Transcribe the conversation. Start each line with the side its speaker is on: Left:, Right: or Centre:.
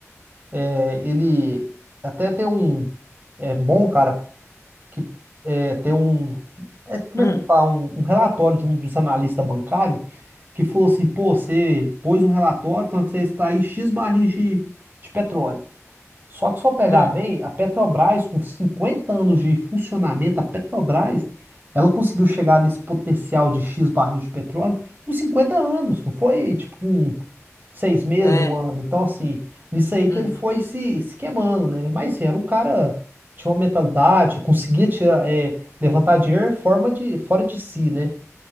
Right: é, ele até tem um, é bom, cara, que é, tem um, é, como
Left: Hum,
Right: é que eu vou falar, um, um relatório de um dos analistas bancários que falou assim, pô, você pôs um relatório falando que você está aí X barris de, de petróleo. Só que se eu pegar
Left: hum,
Right: bem, a Petrobras, com 50 anos de funcionamento, a Petrobras, ela conseguiu chegar nesse potencial de X barril de petróleo com 50 anos, não foi tipo com seis meses,
Left: é.
Right: um ano. Então, assim, nisso aí que
Left: uhum.
Right: ele foi se, se queimando, né? Mas, assim, era um cara, tinha uma mentalidade, conseguia tirar, é, levantar dinheiro em forma de, fora de si, né?